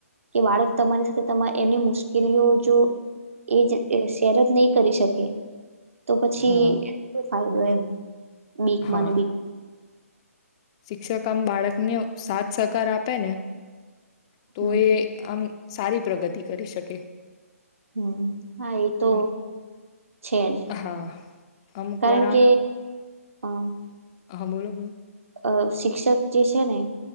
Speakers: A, on the right (about 60°); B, on the left (about 20°).
A: કે બાળક તમારી સાથે એમની મુશ્કેલીઓ જો. એ જ શેર જ નહી કરી શકે. તો પછી
B: હા
A: એ શ ફાયદો એમ બીકમાં
B: હા
A: બીક.
B: શિક્ષક આમ બાળકને સાથ સહકાર આપે ને. તો
A: હમ
B: એ આમ સારી પ્રગતિ કરી શકે.
A: હમ. હા એ તો
B: આમ
A: છેજ
B: હા અમુક
A: કારણ
B: વાર આમ
A: કે. અ
B: હા બોલો બોલો
A: અ શિક્ષક જે છે ને.